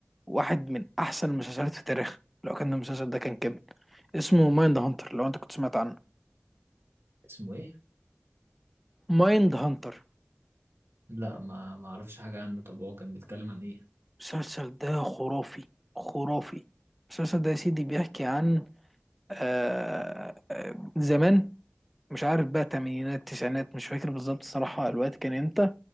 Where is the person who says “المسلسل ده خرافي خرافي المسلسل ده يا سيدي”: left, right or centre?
Centre